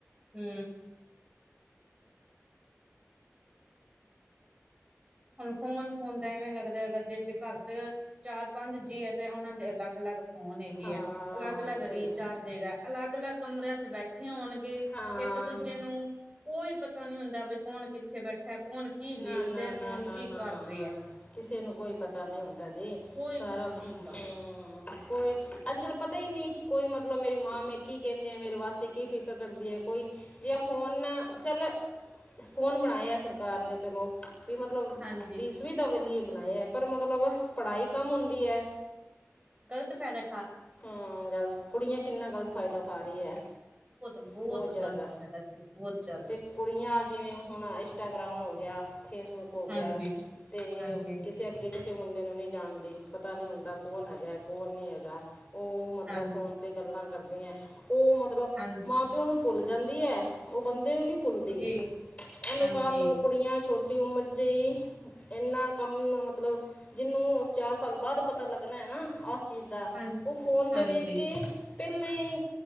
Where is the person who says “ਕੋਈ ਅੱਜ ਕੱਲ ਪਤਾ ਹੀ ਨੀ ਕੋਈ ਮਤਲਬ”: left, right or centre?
Left